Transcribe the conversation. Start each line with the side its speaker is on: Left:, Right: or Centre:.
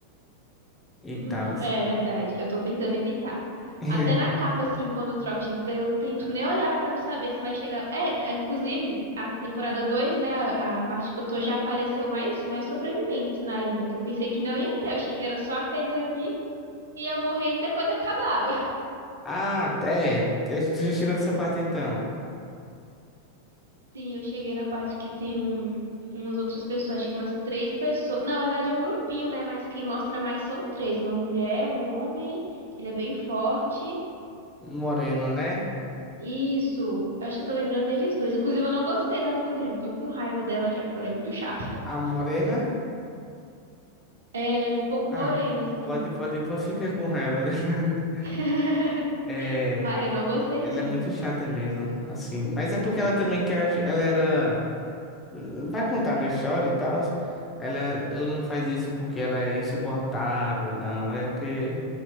Right: <laughs>
Left: E
Right: Uhum,
Left: tal.
Right: É verdade, eu tô tentando evitar.
Left: <laughs>
Right: Até na capa, assim, quando troca de emprego, eu tento nem olhar pra não saber se vai chegar. É, é, inclusive, a temporada 2, né, a, a parte que eu tô já apareceu mais, mais sobreviventes na ilha, que eu pensei que não ia ter, eu achei que era só aqueles ali, ia morrendo e depois acabava. <laughs>
Left: Ah, é, é, tu já chegou nessa parte então.
Right: Sim, eu cheguei na parte que tem um, umas outras pessoas, acho que umas três pessoas. Não, Na verdade, é um grupinho, né, mas quem mostra mais são três: uma mulher, um homem, que ele é bem forte.
Left: Morena, né?
Right: Isso, eu só tô lembrando deles dois. Inclusive, eu não gostei da mulher, eu tô com raiva dela já, que ela é muito chata. <laughs>
Left: A Morena.
Right: É, ela é um pouco
Left: Ah,
Right: morena, assim.
Left: pode, pode, pode ficar com raiva dela. <laughs>
Right: <laughs>
Left: É,
Right: Ai, eu não gostei
Left: ela
Right: dela.
Left: é muito chata mesmo, assim. Mas é porque ela também quer, agi- ela era, hum, vai contar na história e tal. Ela, ela não faz isso porque ela é insuportável, não. É porque